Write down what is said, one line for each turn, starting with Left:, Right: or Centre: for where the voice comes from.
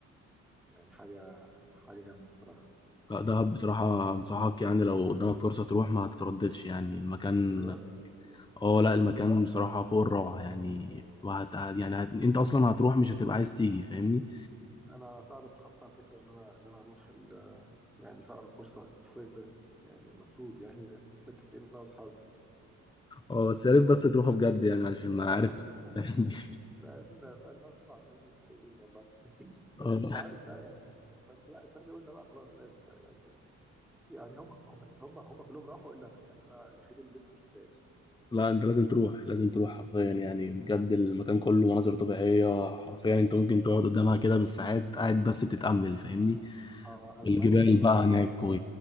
Centre: يعني حاجه حاجه جامده الصراحه
Left: لا دهب بصراحة أنصحك يعني لو قدامك فرصة تروح ما هتترددش يعني المكان
Centre: بجد
Left: اه لا المكان بصراحة فوق الروعة يعني وهت يعني هت... انت اصلا هتروح مش هتبقى عايز تيجي فاهمني
Centre: انا فعلا بخطط على فكره ان انا ان انا اروح ال يعني في اقرب فرصه الصيف ده يعني المفروض يعني متفقين انا واصحابي
Left: اه بس يا ريت بس تروحوا بجد يعني عشان ما
Centre: آه.
Left: عارف <laughs> دي
Centre: <laughs> بقالنا بقالنا اربع سنين متفقين والله <laughs> بس
Left: اه
Centre: مش عارف بقى يعني بس لا السنه دي قلنا بقى خلاص لازم بقى يعني يعني هم هم- بس هم هم كلهم راحوا الا انا يعني انا الوحيد اللي لسه ما شفتهاش
Left: لا انت لازم تروح لازم تروح حرفيا يعني بجد المكان كله مناظر طبيعية حرفيا انت ممكن تقعد قدامها كده بالساعات قاعد بس بتتأمل فاهمني
Centre: اه انا
Left: الجبال
Centre: سمعت انا سمعت
Left: بقى هناك و-